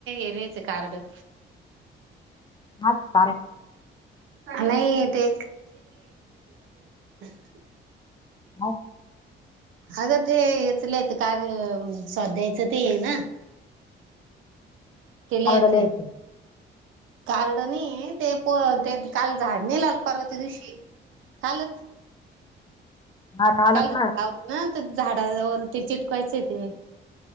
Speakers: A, on the right; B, on the left.
A: एरियाच कार्ड.
B: अग
A: नाही ते <unintelligible>
B: <unintelligible>
A: अगं तेच लयच कार्य स्वाध्यायचं ते ना. केलयते
B: कार्ड लिहायचे
A: कार्ड नाहीये. ते प ते काल झाड नाही लावल परवाच्या दिवशी कालच
B: हा कालच
A: काल हाव ना झाडा वरती चिटकवायचंय ते.